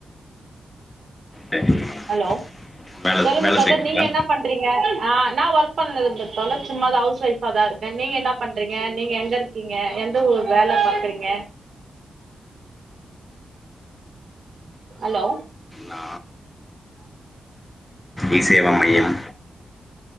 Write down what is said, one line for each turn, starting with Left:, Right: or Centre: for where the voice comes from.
Left: சரிங்கம்மா
Right: ஹலோ
Left: வேல
Right: சொல்லுங்க
Left: வேல
Right: தோழர்
Left: செய்றீங்களா
Right: நீங்க என்ன பண் ஆ நா ஒர்க் பண்ணறதுல்ல சும்மாதா ஹவுஸ் ஒய்ஃபாதான் இருக்கே நீங்க என்ன பண்றீங்க நீங்க எங்க இருக்கீங்க எந்த ஊர்ல வேலை பண்ணுறீங்க ஹலோ
Left: நா இ சேவா
Right: உ <inaudible>
Left: மையம்